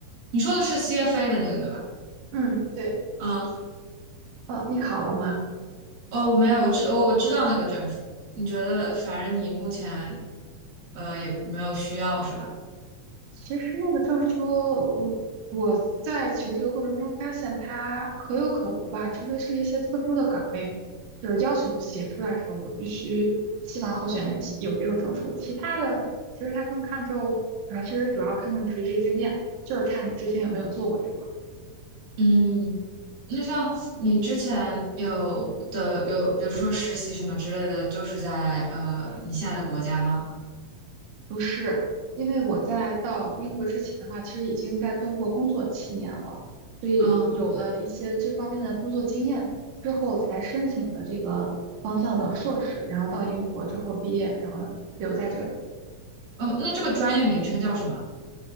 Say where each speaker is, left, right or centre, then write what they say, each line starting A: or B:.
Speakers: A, on the right; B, on the right.
A: 你说的是 CFA 的那个对吧？
B: 嗯，对，
A: 嗯，
B: 哦，你考了吗？
A: 哦，我没有，我知我我知道那个证书。你觉得反正你目前呃也没有需要是吧？
B: 其实那个证书，我我在求职的过程中发现它可有可无吧，除非是一些特殊的岗位，就是要求写出来的时候，我必须希望候选人写有这个证书。其他的，其实它更看重，主要其实主要看重垂直经验，就是看你之前有没有做过这块。
A: 嗯，那像你之前有的有，比如说实习什么之类的，就是在呃你现在的国家吗？
B: 不是，因为我在到英国之前的话，其实已经在中国工作七年了，所以有了一些这方面的工作经验之后，
A: 嗯，
B: 才申请的这个方向的硕士，然后到英国之后毕业，然后留在这里。
A: 哦，那这个专业名称叫什么？